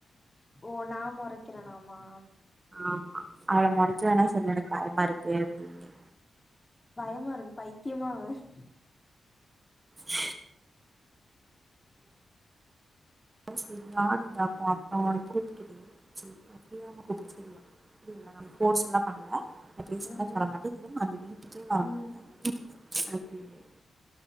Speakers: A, on the left; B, on the right.
A: ஓ நான் மொறைக்கிறேனா மா
B: ஆமா அவளை மொறச்சு வேணாம் சொல்லு எனக்கு பயமா இரு வேற இல்லாங்கா
A: பயமா இருக்கு பைத்தியமா அவன்
B: ச்சு சரியாலி இவ காதி ஆஹா புடிக்குது செரி ஃப்ரீயரா கூப்பிட சொல்லாம் செரியா புரியல நான் கோர்ஸ் எல்லாம் பண்ணல அப்படியே சொன்னா
A: ம்,
B: பரவாயில்ல இரு நான் அந்த வீட்டுக்கே வர
A: ம்.
B: மாட்டேன் ச்சி அப்டினே